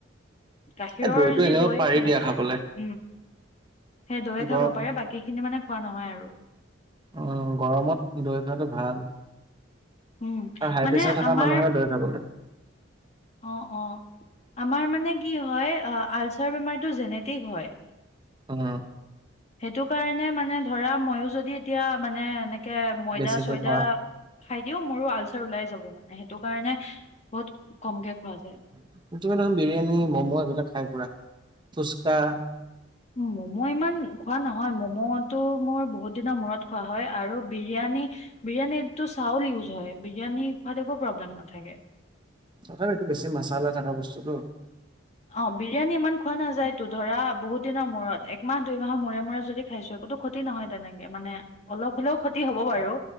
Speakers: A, on the left (about 35°); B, on the right (about 25°).
A: গাখীৰৰ
B: এই দৈটো
A: যি
B: এনেও
A: দৈয়ে
B: পাৰি
A: খাব
B: দিয়া
A: পাৰে,
B: খাবলে
A: উম, সেই দৈয়ে
B: গৰম
A: খাব পাৰে বাকী স খিনি মানে খোৱা নহয় আৰু।
B: উম গৰমত দৈ খোৱাটো ভাল।
A: উম,
B: আৰু হাই
A: মানে
B: প্ৰেছাৰ থকা
A: আমাৰ
B: মানুহে দৈ খাব লাগে।
A: অ' অ'। আমাৰ মানে কি হয় আলচাৰ বেমাৰটো জেনেটিক হয়।
B: উম।
A: সেইটো কাৰণে মানে ধৰা মইও যদি এতিয়া মানে এনে ে ময়দা
B: বেছিকে
A: চয়দা
B: খোৱা
A: খাই দিও মোৰো আলচাৰ ওলাই যাব মানে সেইটো কাৰণে বহুত
B: তুমি
A: কমকে খোৱা যায়
B: ধৰা বিৰিয়ানী ম'ম' এইবিলাক খাই পুৰা, ফুচকা
A: ম'ম' ইমান খোৱা নহয় মম'টো মোৰ বহুত দিনৰ মূৰত খোৱা হয় আৰু বিৰিয়ানী বিৰিয়ানীতটো চাউল ইউজ হয় বিৰিয়ানী খোৱাত একো প্ৰব্লেম নাথাকে
B: তথাপি এইটো বেছি মাছালা থকা বস্তুতটো
A: অ বিৰিয়ানী ইমান খোৱা নাযায় তো ধৰা বহুত দিনৰ মূৰত একমাহ দুইমাহৰ মূৰে মূৰে যদি খাইছো একোতো ক্ষতি নহয় তেনেকে মানে অলপ হ'লেও ক্ষতি হব বাৰু